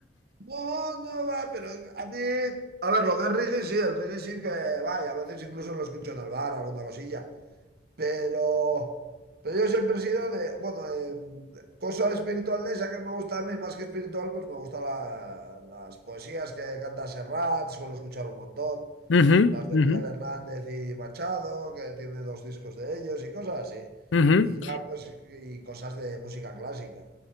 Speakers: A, on the right; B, on the left.
A: No, no va, pero a mí. A ver, lo que es reggae sí, el reggae sí que vaya, a veces incluso lo escucho en el bar, alguna cosilla. Pero, pero yo siempre he sido de, bueno, de cosa espiritual de esa que me gusta a mí, más que espiritual, pues me gustan la- las poesías que canta Serrat, suelo escuchar un montón,
B: Ujú,
A: las de
B: ujú,
A: Miguel Hernández y Machado, que tiene dos discos de ellos y cosas así.
B: ujú.
A: Y ya, pues, y cosas de música clásica.